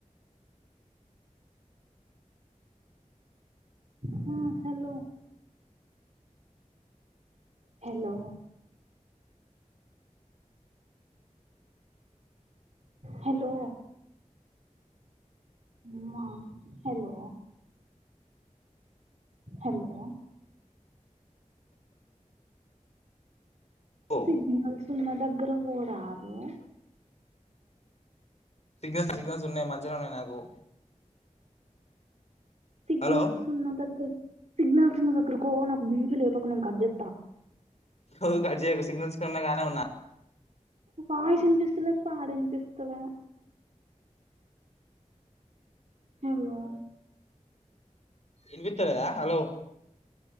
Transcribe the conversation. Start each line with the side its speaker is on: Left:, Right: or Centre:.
Right: హ హలో హలో హలో ఉమ్మ హలో హలో
Left: ఓ
Right: సిగనల్ సన్నద అగ్రమ్ ఉరా ఊ
Left: సిగ్నల్స్ సిగ్నల్స్ ఉన్నాయి మంచిగా ఉన్నాయి నాకు
Right: సిగ్నల్స్
Left: హలో
Right: ఉన్న దగ్గర సిగ్నల్స్ వున్నా దగ్గరకో నా ఒక బీవ లేపకు నె కర్జెత్తా
Left: ఓయ్ కట్ జేయకు సిగ్నల్స్ వున్నా గానే ఉన్నా
Right: వాష్ అనిపిస్తులే పాడ అనిపిస్ తబే హలో
Left: ఇన్ బిత్తలెదా హలో